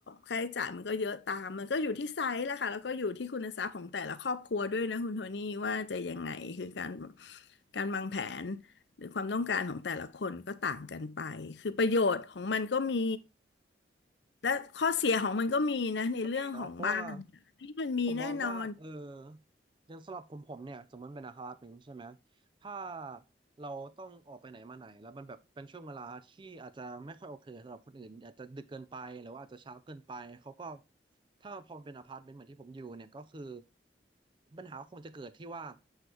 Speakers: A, on the left (about 70°); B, on the right (about 25°).
A: ค่าใช้จ่ายมันก็เยอะตามมันก็อยู่ที่ไซส์แหละค่ะแล้วก็อยู่ที่คุณทรัพย์ของแต่ละครอบครัวด้วยนะคุณโทนี่ว่าจะยังไงคือการการวางแผน หรือความต้องการของแต่ละคนก็ต่างกันไปคือประโยชน์ของมันก็มีและข้อเสียของมันก็มีนะในเรื่องของบ้านที่มันมีแน่นอน
B: ก็มีเนาะเพราะว่าผมมองว่าเอออย่างสำหรับผมผมเนี่ยสมมติเป็นอพาร์ตเมนต์ใช่ไหมถ้าเราต้องออกไปไหนมาไหนแล้วมันแบบเป็นช่วงเวลาที่อาจจะไม่ค่อยโอเคสำหรับคนอื่นอาจจะดึกเกินไปหรือว่าอาจจะเช้าเกินไปเขาก็ถ้าพอมันเป็นอพาร์ตเมนต์เหมือนที่ผมอยู่เนี่ยก็คือปัญหาคงจะเกิดที่ว่า